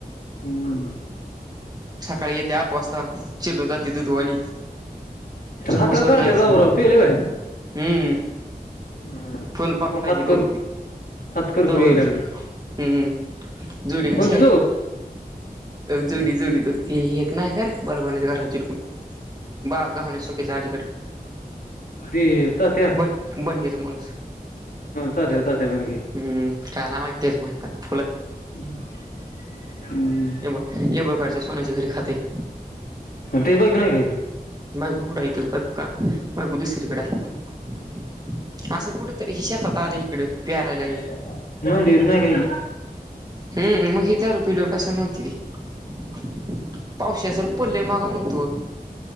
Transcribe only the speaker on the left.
हम् हम
हात वर
करु
राह्यले भाऊराव, पिले काय?
हम्म.
हात कर
हात कर
करू याय लागले
कोणती
तो
ती तात्या ह
तात्या तात्या बनगे
<inaudible>
तेच बाईक नाही काय
<unintelligible>
देत नाही काही